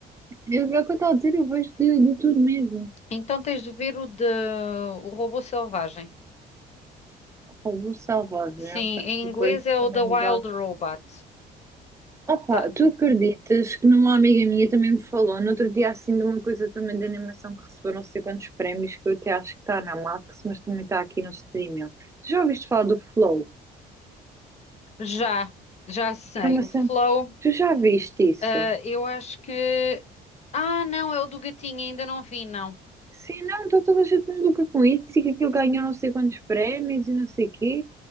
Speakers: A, on the right; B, on the left.
A: Eu, é o que eu estou a dizer, eu vejo de, de tudo mesmo.
B: Então tens de ver o de O Robô Selvagem.
A: Robô selvagem,
B: Sim,
A: ok.
B: em
A: Vou
B: inglês
A: pôr aqui
B: é
A: também
B: o The Wild
A: debaixo.
B: Robot.
A: Opa,
B: Tá,
A: tu acreditas que numa amiga minha também me falou no outro dia assim de uma coisa também de animação que recebeu não sei quantos prémios, que eu até acho que está na Max, mas também está aqui no streaming. Tu já ouviste falar do Flow?
B: já, já sei.
A: Que é uma...
B: O
A: cena-
B: Flow,
A: Tu já viste isso?
B: ah, eu acho que. Ah, não, é o do gatinho, ainda não vi, não.
A: Sim, não, está toda a gente maluca com isso e que aquilo ganhou não sei quantos prémios e não sei o quê.